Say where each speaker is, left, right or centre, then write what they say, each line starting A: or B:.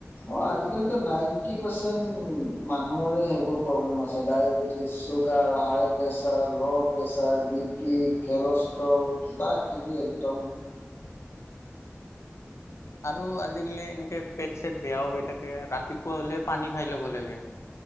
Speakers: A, on the left; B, on the left.
A: অ',
B: বহুতৰে।
A: আজিকালিটো নাইনটি পাৰ্চেণ্ট মান মানুহৰে সেইবোৰ প্ৰব্লেম আছে diabetes sugar high pressure low pressure B P cholesterol কিবা কিবি একদম।
B: উম, আৰু আজিকালি এনেকে পেট চেট বেয়াও হৈ থাকে ৰাতিপুৱা হ'লে পানী খাই ল'ব লাগে।